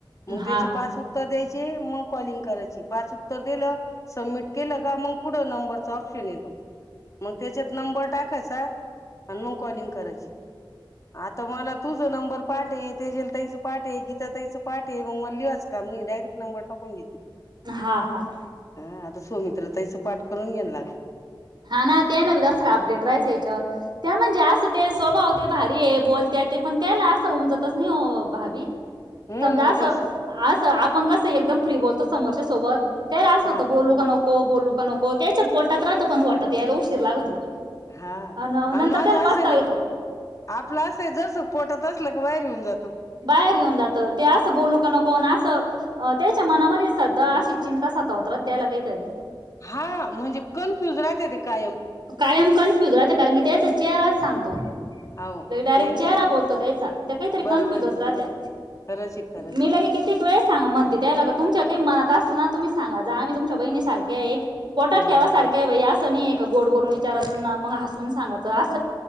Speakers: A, on the left; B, on the right.
A: मंग
B: हा
A: त्याची
B: हा
A: पाच उत्तर द्याय ते मंग कॉलिंग करायची पाच उत्तर दिलं, समिट केलं का मंग पुढ नंबरचा ऑपशन येतो मग त्याच्यात नंबर टाकायचा अन् मग कॉलिंग कराची. आता मला तूच तुझा नंबर पाठ ये, तेजेल ताईचा पाठ ये, गीता ताईचं पाठ ये, मग मला लिवाच काम नाय डायरेक्ट नंबर टाकून देती.
B: हा हा
A: हा आता सुमित्रा ताईच पाठ करून घ्यायला लागल.
B: हा ना ते हाय न जरासं
A: तर
B: अपडेट राहायचं याच्यावर त्या म्हणजे असं ते स्वभाव ते भारी आहे बोल त्या ते पण त्यायला असं उमजतच नाही ओ भाभी.
A: हम्म
B: समजा असं
A: जरस
B: असं आप पण कसं एकदम फ्री बोलतो समोरच्या सोबत तेला असं
A: हा
B: होतं बोलू का नक को बोलू का नको त्याच्या पोटात रात तो पण वाटत यायला उशीर लागतो.
A: हा
B: आणि नंतर
A: आन माझं
B: त्याला
A: असंय
B: पस्ताव येतो
A: ना आपलं असय जराक पोटात असल <unintelligible> बाहेर होऊन जात
B: बाहेर येऊन जातं ते असं बोलू का नको अन असं अ त्यांच्या मनामध्ये सद्दा अशी चिंता सतावत रहात त्याला काहीतरी
A: हा म्हणजे कन्फ्युज राहतय ते कायम
B: कायम कन्फ्युज राहंत कारण की, त्याचा चेहराच सांगतो.
A: हो
B: लय डायरेक्ट
A: नाही नाही
B: चेहरा बोलतो त्यांचा ते काहीतरी
A: बरोबर
B: कन्फ्युजच
A: आहे
B: राहत्यां
A: खरंच आहे खरंच
B: मी
A: आहे
B: लई कितीक वेळेस सांगा म्हणते त्यायला का तुमच्या काही मनात असलं ना तुम्ही सांगा जा आम्ही तुमच्या बहिणी सारख्या ये पोटात
A: बरोबर
B: ठेवासारख्या ये बई असं तनी एक का गोड बोलून
A: आहे
B: विचारा
A: हो
B: त्यांना, मग आ - ण सांगतो <unintelligible>